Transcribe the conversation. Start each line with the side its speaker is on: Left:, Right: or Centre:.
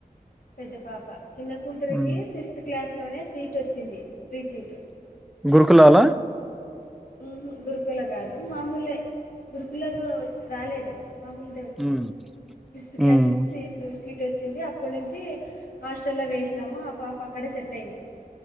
Left: పెద్ద పాప చిన్న కూతురికి
Centre: హ్మ్.
Left: సిక్స్త్ క్లాస్ లోనే సీట్ వచ్చింది ఫ్రీ సీటు
Centre: గురుకులలా
Left: ఉహూ గురుకుల కాదు మామూలే గురుకుల గా రాలేదు మామూలదేవచ్చింది
Centre: హ్మ్.
Left: సిక్స్త్
Centre: హ్మ్.
Left: క్లాస్ నుంచి ఎయిత్ సీట్ వచ్చింది అప్పటి నుంచి హాస్టల్లో వేసినాము ఆ పాప అక్కడే సెట్ అయింది